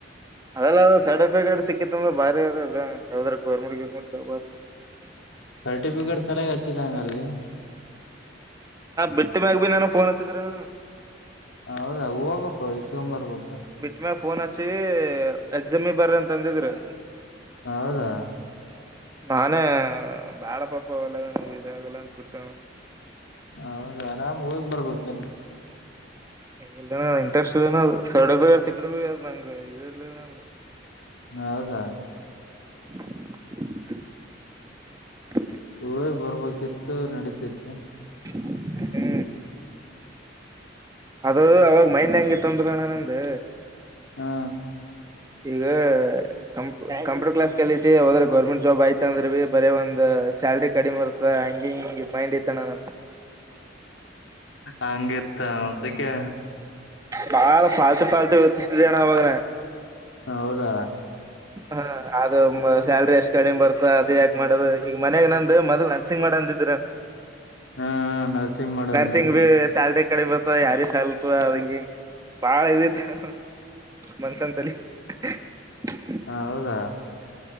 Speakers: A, on the right; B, on the left.
A: ಅದೆಲ್ಲೆಲ್ಲಾ ಸರ್ಟಿಫಿಕೇಟ್ ಸಿಕ್ಕಿತು. ಬರೆ ಎ ಯ ಗವರ್ಮೆಂಟ್ ಗರ್ಮೆಂಟ್ ಜಬ್ ಆತ
B: ಸರ್ಟಿಫಿಕೇಟ್ ಸರಿಯಾಗಿ ಹಚ್ಚಿದೆಂಗಲ್ಲಿ.
A: ಬಿಟ್ಟಿ ಮ್ಯಾಗಿ ನಾನು ಫೋನ್ ಹಚ್ಚಿದ್ರು.
B: ಹೌದಾ ಹೋಗುಬೇಕು ಇಸ್ಕೊ ಬರರ್ಬೇಕು.
A: ಬಿಟ್ಟು ಮೇಲೆ ಫೋನ್ ಹಚ್ಚಿ ಎಕ್ಸಾಮಿ ಬರ್ರಿ ಅಂತ ಅಂದಿದ್ರೂ.
B: ಹೌದಾ
A: ನಾನೇ ಬ್ಯಾಡ ಪಾಪ ಎಲ್ಲ ನ ಇದಾಗಲ್ಲ ಬಿಟ್ಟನೆ.
B: ಹೌದ ಆರಾಮ್ ಹೋಗ್ ಬರಬೇಕು ಎಲ್.
A: ಇಲ್ಲ ಇಂಟ್ರೆಸ್ಟ್ ಇದುನು ಸಡ್ದೆ ಸಿಕ್ಕದುವೇ ಮ್ಯಾಂಗೋ ಇದು ಇರಲಿಲ್ಲ.
B: ಹೌದ
A: <inaudible>
B: ಹೂವೇ ಬರರ್ಬೇಕಿತ್ತು ನಡೀತಿತ್ತು.
A: ಹೇ ಅದು ಅವಾಗ ಮೈನು ಹೆಂಗಿತ್ತುಂದ್ರಣ ನಂದು.
B: ಹಾ
A: ಈಗ ಕಂ ಕಂಪ್ಯೂಟರ್ ಕ್ಲಾಸ್ ಕಲಿತಿ ಹೋದ್ರೆ ಗೌರ್ಮೆಂಟ್ ಜಾಬ್ ಐತು ಅಂದ್ರೆ ಬರೀ ಒಂದ್ ಸ್ಯಾಲ್ರಿ ಕಡಿಮೆ ಇರುತ್ತ ಹಂಗಗೆಗೆ ಮೈಂಡ್ ಐತಣ್ಣ ನ
B: ಹಂಗೆತ ಅದಕ್ಕೆ
A: ಬಾಳ ಫಾಲ್ತು ಫಾಲ್ತು ಯತಿಸತಿದ್ದೇಣ್ಣ ಅವಾಗ್ನಾ
B: ಹ ಹೌದಾ
A: ಹ ಅದು ಸ್ಯಾಲ್ರಿ ಎಷ್ಟ್ ಕಡಿಮೆ ಬರ್ತ ಅದು ಯಾಕಕ್ ಮಾಡದು ಈಗ ಮನ್ಯಾಗ ನಂದ ಮೊದಲು ನರ್ಸಿಂಗ್ ಮಾಡಂದ
B: ಹಾ ನರ್ಸಿಂಗ್ ಮಾಡಂದಿದ್ರು
A: ನರ್ಸಿಂಗ್ ಸ್ಯಾಲರಿ ಕಡೆಮೇ ಬರ್ತಧ ಯಾರ ಸಲ್ತ ಅವಂಗ ಬಾಳ ಇದು ಈತನ ಮನ್ಸಂತಲ್ಲಿ <unintelligible>
B: ಹಾ ಹೌದಾ